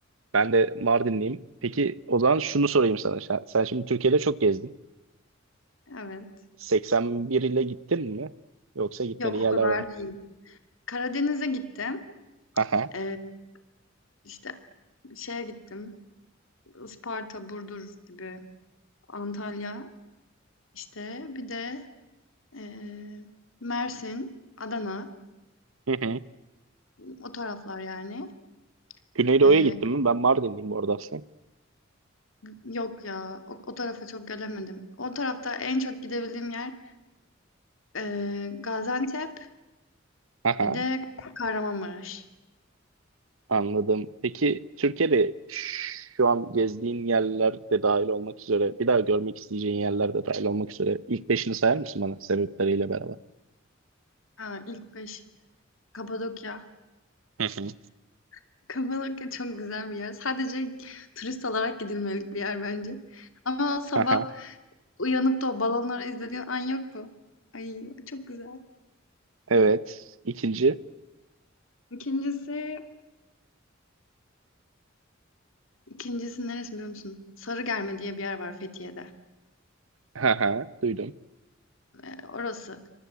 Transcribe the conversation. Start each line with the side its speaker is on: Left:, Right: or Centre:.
Right: Ben de Mardinliyim. Peki o zaman şunu sorayım sana. Sen sen şimdi Türkiye'de çok gezdin.
Left: Evet.
Right: 81 ile gittin mi? Yoksa gitmediğin
Left: Yok
Right: yerler
Left: o kadar
Right: var mı?
Left: değil. Karadeniz'e gittim.
Right: Aha.
Left: Ee, işte şeye gittim. Isparta, Burdur gibi. Antalya. işte bir de Eee, Mersin, Adana,
Right: Hı hı.
Left: o taraflar yani.
Right: Güneydoğu'ya
Left: Eee,
Right: gittin mi? Ben Mardinliyim orada aslında.
Left: yok ya, o, o tarafa çok gelemedim. O tarafta en çok gidebildiğim yer eee, Gaziantep,
Right: Aha.
Left: bir de Kahramanmaraş.
Right: Anladım. Peki Türkiye'de şu an gezdiğin yerler de dahil olmak üzere, bir daha görmek isteyeceğin yerler de dahil olmak üzere ilk beşini sayar mısın bana sebepleriyle beraber?
Left: Ha, ilk beş. Kapadokya.
Right: Hı hı.
Left: <laughs> Kapadokya çok güzel bir yer. Sadece turist olarak gidilmelik bir yer bence. Ama sabah
Right: Aha,
Left: uyanıp da o balonları izlediğin an yok mu? Ay çok güzel.
Right: evet. İkinci.
Left: İkincisi İkincisi neresi biliyor musun? Sarıgerme diye bir yer var Fethiye'de.
Right: Aha, duydum.
Left: Ee, orası.